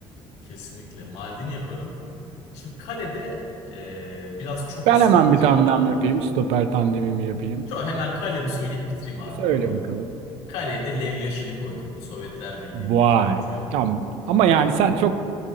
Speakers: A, on the left; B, on the right.
A: Kesinlikle. Maldini yaparım. Şimdi kalede eee, biraz çok
B: Ben
A: eskiye
B: hemen
A: gideceğim
B: bir tandem
A: ama
B: yapayım. Stoper tandemimi yapayım.
A: şu hemen kalemi söyleyip bitireyim abi
B: Söyle
A: olur mu?
B: bakalım.
A: Kaleye de Lev Yashin'i koydum. Sovyetler Birliği'ndeki
B: Vay.
A: topçuyu.
B: Tamam. Ama
A: Evet.
B: yani sen çok